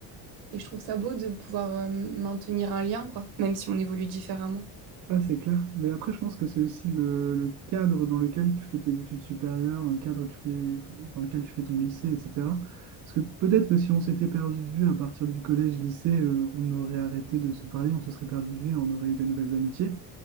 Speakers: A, on the right; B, on the right.
A: et je trouve ça beau de pouvoir euh, maintenir un lien, quoi, même si on évolue différemment.
B: Ouais, c'est clair. Mais après, je pense que c'est aussi le, le cadre dans lequel tu fais tes études supérieures, dans le cadre tu fais, enfin, dans lequel tu fais ton lycée, etc. Parce que peut-être que si on s'était perdu de vue à partir du collège-lycée, euh, on aurait arrêté de se parler, on se serait perdu de vue, on aurait eu des nouvelles amitiés.